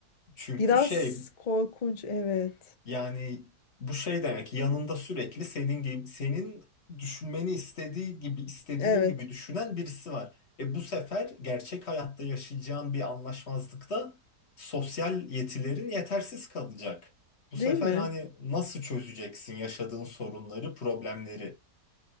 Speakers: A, on the left (about 45°); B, on the left (about 80°).
A: Çünkü
B: biraz
A: şey
B: korkunç evet
A: yani bu şey demek yanında sürekli senin gibi senin düşünmeni istediği gibi istediğin
B: evet
A: gibi düşünen birisi var. E bu sefer gerçek hayatta yaşayacağın bir anlaşmazlıkta sosyal yetilerin yetersiz kalacak. Bu
B: değil
A: sefer
B: mi?
A: hani nasıl çözeceksin yaşadığın sorunları, problemleri?